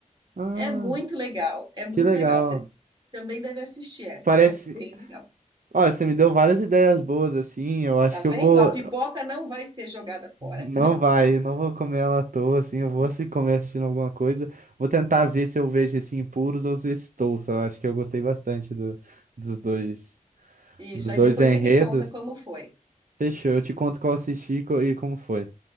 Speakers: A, on the right; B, on the right.
A: Ah,
B: É muito legal, é muito
A: que legal.
B: legal. Você também deve assistir essa,
A: Parece.
B: essa é bem legal.
A: Olha, você me deu várias ideias boas, assim. Eu acho
B: Tá
A: que
B: vendo?
A: eu vou.
B: A pipoca não vai ser jogada fora.
A: Não
B: <laughs>
A: vai, eu não vou comer ela à toa, assim. Eu vou se comer assistindo alguma coisa. Vou tentar ver se eu vejo esse Impuros ou se esse Tulsa. Eu acho que eu gostei bastante do, dos dois,
B: Isso,
A: dos
B: aí
A: dois
B: depois
A: enredos.
B: você me conta como foi.
A: Fechou, eu te conto qual eu assisti e co- e como foi.